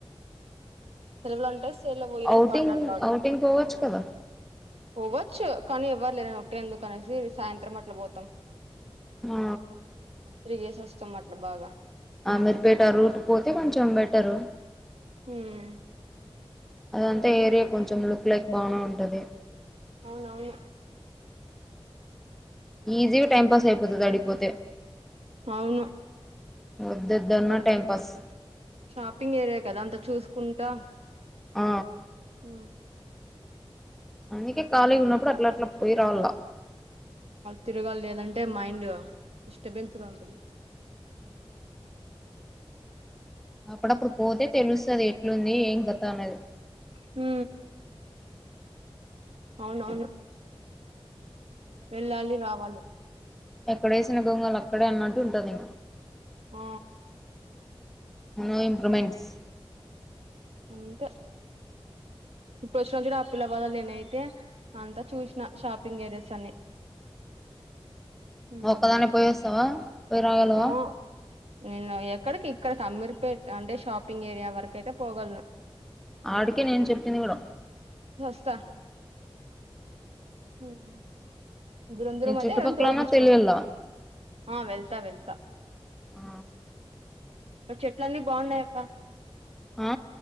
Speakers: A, on the right (about 85°); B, in the centre.
A: సలవు లో ఉంటే సల పోయరస్
B: ఔటింగ్
A: కొండ కావ
B: ఔటింగ్ పోవచ్చు కదా
A: పోవ్వచ్చు కానీ ఇవ్వరు లేదని ఒకటే ఎందుకు అనేసి సాయంత్రం అట్లా పోతాం.
B: ఆ
A: తిరిగేసి వస్తాం అట్ల బాగా
B: ఆ మిరుపేట రూట్ పోతే కొంచెం బెటరు
A: హుమ్
B: అదంతా ఏరియా కొంచెం లుక్ లైక్ బానే ఉంటది
A: అవునవును
B: ఈజీగా టైం పాస్ అయిపోతది అడికిపోతే
A: అవును
B: వద్దద్దున్నా టైమ్ పాస్
A: షాపింగ్ ఏరియా కదా అంత చూసుకుంటా
B: ఆ
A: హ
B: అందుకే ఖాళీగ ఉన్నప్పుడు అట్లా అట్లా పోయి రావల్లా
A: తిరగాలి లేదంటే మైండ్ డిస్టర్బెన్స్ గా ఉంటుంది
B: అ అప్పుడప్పుడు పోతే తెలుస్తది ఎట్లుంది ఏం కథ అనేది
A: హ అవునవును వెళ్ళాలి రావాలి
B: ఎక్కడేసినగోంగళ అక్కడే అన్నట్టు ఉంటది
A: ఆ
B: నో ఇంప్రమెంట్స్
A: అంటే ఇప్పుడు వచ్చినాడు చూడు ఆ పిల్ల వాళ్ళ అన్ననేనా ఐతే అంతా చూసిన షాపింగ్ ఏరియస్ అన్ని ఉమ్
B: ఒక్కదానే పోయి వస్తావా పోయి రాగలవా
A: ఆ నేను ఎక్కడికి ఇక్కడకి అమీర్పేట్ అంటే షాపింగ్ ఏరియా వరకు అయితే పోగలను
B: ఆడికే నేను చెప్పింది కూడా
A: స దూరం దూరం
B: నీకు
A: అయితే
B: చుట్టుపక్కలన్నా
A: ఎవరైన తోడుకు పీల్చకపో
B: తెలియల్ల
A: ఆ వెల్తా వెల్తా
B: ఆ
A: చెట్లన్నీ బాగున్నాయక్క
B: ఆ